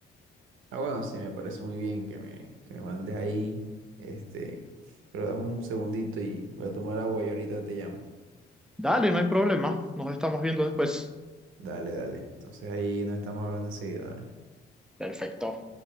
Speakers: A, on the right; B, in the centre.
A: Ah, bueno, sí, me parece muy bien que me, que me mandes ahí. Este, pero dame un segundito y voy a tomar agua y ahorita te llamo.
B: Dale, no hay problema. Nos estamos viendo después.
A: Dale, dale. Entonces ahí nos estamos hablando enseguida, dale.
B: Perfecto.